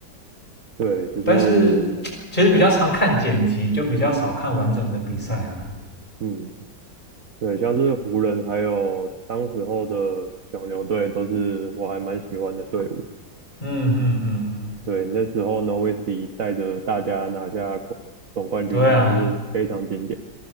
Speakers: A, on the right (about 50°); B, on the left (about 25°).
A: 对，就是
B: 但是其实比较常看剪辑，就比较少看完整的比赛啦。
A: 嗯。对，像是湖人还有当时候的小牛队，都是我还蛮喜欢的队伍。
B: 嗯嗯嗯，嗯
A: 对，那时候呢，威 w 忌带着大家拿下总冠军，
B: 对啊，
A: 真的是非常经典。